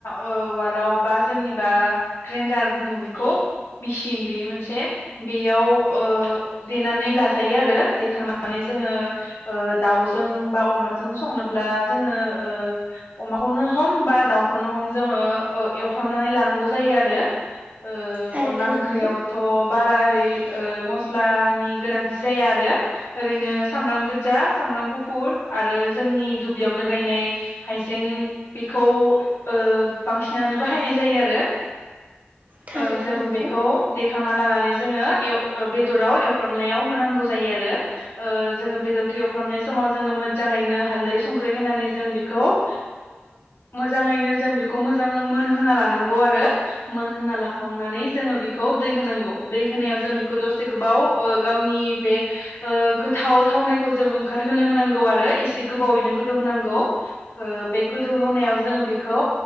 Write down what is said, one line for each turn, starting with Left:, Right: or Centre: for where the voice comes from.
Left: ओ उवालाव बा जोंनि बा ग्रेन्डार बुङो बेखौ मेसिन बेयो मोनसे बेयाव ओ देनानै लाजायो आरो देखांनानै जोङो ओ दाउजों बा अमाजों संनोब्ला जोङो ओ अमाखौनो हम बा दाउखौनो हम जोङो ओ एवफ्रामनानै लानांगौ जायो आरो ओ
Right: थारैनो
Left: अनला ओंख्रियावथ'
Right: नंगौ
Left: बारा ओरै ओ मस्लानि गोनांथि जाया आरो ओरैनो सामब्राम गोदजा सामब्राम गुफुर आरो जोंनि दुब्लियावनो गायनाय हाइजें बेखौ ओ बांसिनानो बाहायनाय जायो आरो
Right: थारैनो
Left: ओ जों
Right: नंगौ
Left: बेखौ दे खांना लानानै जोङो एव ओ बेदराव एवफ्रामनायाव होनांगौ जायो आरो ओ जोङो बेदर एवफ्रामनाय समाव जोङो मोजाङैनो हालदै संख्रि होनानै जों बिखौ ओ मोजाङैनो जों बेखौ मोजां मोनहोना लानांगौ आरो मोनहोना लाखांनानै जोङो बेखौ दै होनांगौ दै होनायाव जों बेखौ दसे गोबाव ओ गावनि बे ओ गोथाव थावनायखौ जों ओंखारहोनो होनांगौ आरो एसे गोबावैनो गोदौ होनांगौ ओ बे गोदौ होनायाव जोङो बेखौ